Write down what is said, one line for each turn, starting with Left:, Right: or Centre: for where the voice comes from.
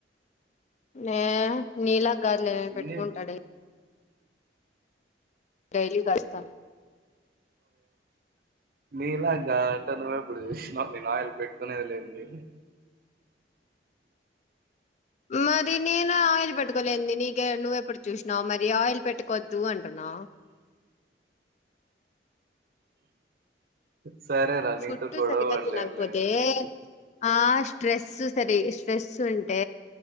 Left: యే నీలాగ కాదులే
Right: ఇన్ని
Left: పెట్టుకుంటా డైలీ డైలీ కలుస్తాను
Right: మీలాగా కాదు నువ్వు ఎప్పుడు చూసినవు మేము ఆయిల్ పెట్టాము అని కొనేది లేంది
Left: మరి నేను ఆయిల్ పెట్టుకోలేంది నీక నువ్వెప్పుడు చూసి నా మరి ఆయిల్ పెట్టుకొద్దు అంటున్నా
Right: సరేరా నీతో
Left: ఫుడ్
Right: గొడవ
Left: సరిగా
Right: పడలేనులే
Left: తినకపోతే
Right: చెప్పు
Left: ఆ స్ట్రెస్ సరి స్ట్రెస్ ఉంటే